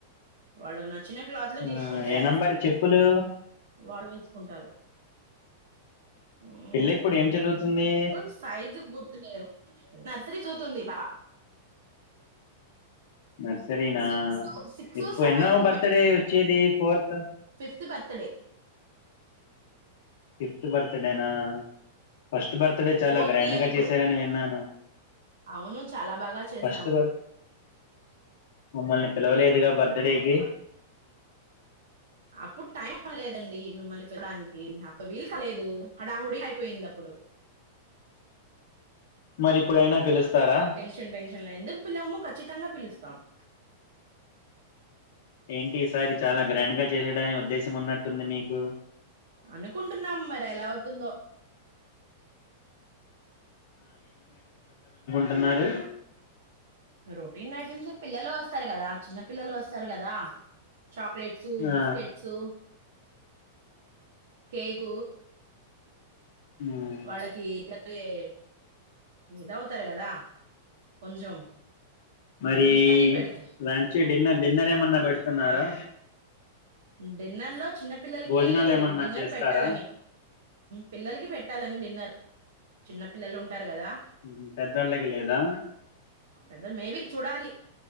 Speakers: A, on the right; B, on the left.
A: వాళ్ళకి నచ్ చిన్న క్లాత్లు
B: ఆ
A: తీసుకుంటే
B: ఏనా మరి చెప్పులు
A: వాళ్ళు వేసుకుంటారు మ్మ్
B: పిల్ల ఇప్పుడు ఏం చదువుతుంది
A: చెప్పుల్ సైజు గుర్తు లేదు నర్సరీ చదువుతుంది పాప
B: నర్సరీ నా
A: సిక్స్ సిక్స్
B: ఇప్పుడూ
A: సెవెన్
B: ఎన్నవ బర్తడే వచ్చేది ఫోర్త్
A: ర్త్ బర్తడే
B: ఫిఫ్త్ పర్ డే నా ఫస్ట్ బర్త్డే చాలా
A: ఫోర్త్
B: గ్రాండ్గా
A: ఇయర్ ఇప్పుడు
B: చేశారని విన్నాను
A: అవును చాలా బాగా చేసాము
B: ఫస్ట్ బర్త్ మమ్మల్ని పిల్ పిలవలేదుగా బర్త్ డేకి
A: అప్పుడు టైంలేదండి మిమ్మల్ని పిళడానికి అప్పు వీలు క లేదు హడాహుడి అయిపోయింది అప్పుడు
B: మరి ఇప్పుడైనా పిలుస్తారా
A: టెన్షన్ టెన్షన్లా ఎందుకు పిల్లము ఖచ్చితంగా పిలుస్ తమ్
B: ఏంటి ఈసారి చాలా గ్రండ్ గా చేయడాని ఉద్దేశం ఉన్నట్ కంద మీకు
A: అనుకుంటున్నాం మరి ఎలా అవుతుందో
B: పన్నారు
A: రొటీన్ ఐటమ్స్ పిల్లలు వస్తారు కదా చిన్న పిల్లలు వస్తారు కదా చాక్లెట్స్
B: ఆ
A: బిస్కెట్స్ కేక్
B: ఉమ్,
A: వాళ్ళకి ఏ అగే ఇద అవుతారు కదా కొంచెం
B: మరి
A: వాళ్ళకిష్టమని పెడతా
B: లంచ్ డిన్నర్ డిన్నర్ ఏమన్నా పెడుతున్నారా
A: డిన్నర్ లో చిన్న పిల్లలకి
B: భోజనాలు ఏమన్నా
A: డిన్నర్
B: చేస్తారా
A: పెట్టాలని పిల్లలకి పెట్టాలని డిన్నర్ చిన్న పిల్లలు ఉంట ఉంటారు కదా
B: ఉమ్, పెద్దోళ్ళకి లేదా
A: పెద్ద మేబి చూడాలి